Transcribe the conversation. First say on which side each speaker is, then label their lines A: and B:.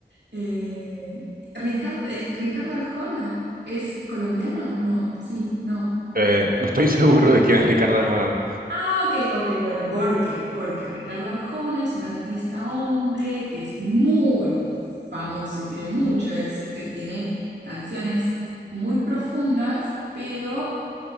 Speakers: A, on the right; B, on the right.
A: Eh, Ricardo, eh, Ricardo Arjona, ¿es colombiano? No, sí, no.
B: Eh, no estoy <laughs> seguro de quién es Ricardo Arjona.
A: Ah, ok, ok, bueno, ¿por qué? Porque Ricardo Arjona es un artista hombre que es muy famoso y tiene mucho éxito y tiene canciones muy profundas, pero